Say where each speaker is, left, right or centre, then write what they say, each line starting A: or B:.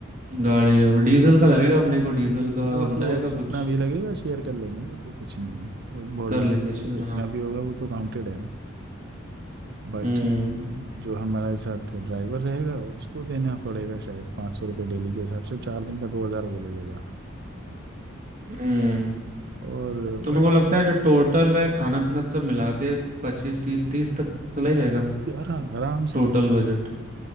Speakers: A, on the right; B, on the right.
A: गाड़ी है, और डीजल का लगेगा अपने को डीजल का
B: वो
A: हम
B: तो
A: जाएगा
B: जितना
A: कुछ
B: भी लगेगा शेयर कर लेंगे वो तो कुछ नहीं है और बहुत
A: कर
B: ज़्यादा
A: लेंगे शेयर
B: जितना
A: हाँ
B: भी होगा वो तो काउंटेड है ना बाकी
A: हम्म
B: जो हमारे साथ ड्राइवर रहेगा उसको देना पड़ेगा शायद पाँच सौ रुपये डेली के हिसाब से चार दिन का दो हज़ार वो ले लेगा
A: हम्म
B: और
A: तो
B: बस
A: मेरे को लगता है जो टोटल है खाना पीना सब मिला के पच्चीस तीस तीस तक चला ही जाएगा
B: यार आराम से
A: टोटल बजट